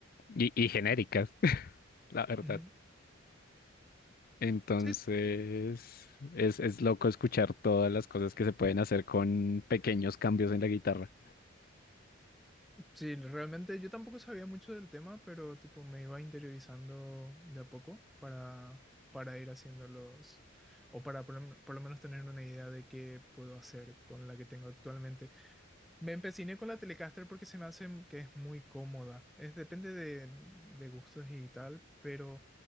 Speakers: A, on the left; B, in the centre.
A: y, y genéricas, <laughs> la verdad.
B: ujú.
A: Entonces,
B: Sí,
A: es, es loco escuchar todas las cosas que se pueden hacer con pequeños cambios en la guitarra.
B: Sí, realmente yo tampoco sabía mucho del tema, pero tipo me iba interiorizando de a poco para, para ir haciendo los, o para por, lo men- por lo menos tener una idea de qué puedo hacer con la que tengo actualmente me empeciné con la Telecaster porque se me hace que es muy cómoda. Es, depende de, de gustos y tal, pero